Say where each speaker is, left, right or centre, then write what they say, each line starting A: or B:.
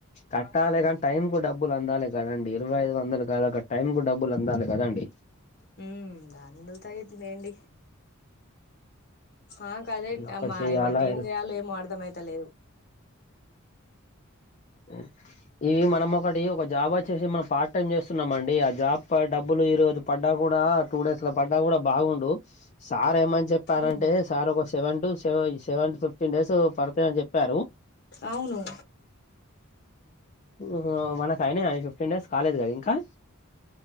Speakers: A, on the left; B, on the left.
A: కట్టాలి కానీ టైం కు డబ్బులు అందాలి కదండడి ఇరవై ఐదు వందల ద టైం కు డబ్బులు అందాల కదండి
B: హామ్ అందుతాయి న అండి ఆ కదే
A: ఒక్కటి
B: అమ్మా
A: చెయ్యాలా
B: ఏమంటే ఏం చేయాలో ఏమో అర్థం అయిత లేదు
A: ఉ ఇవి మనం ఒకటి ఒక జాబ్ వచ్చేసి మనం పార్ట్ టైమ్ చేస్తున్నామండి ఆ జాబ్ డబ్బులు ఈరోజు పడ్డాకు కూడా టూ డేస్ లో పడ్డా కూడా బాగుండు సార్ ఏమని చెప్పారంటే
B: ఉమ్
A: సార్ ఒక సెవెన్ టు సెవ సెవెన్ టు ఫిఫ్టీన్ డేస్ పడతాయ అని చెప్పారు
B: అవును
A: ఓహో మనకు ఐనా అ ఫిఫ్టీన్ డేస్ కాలేదు కదా ఇంకా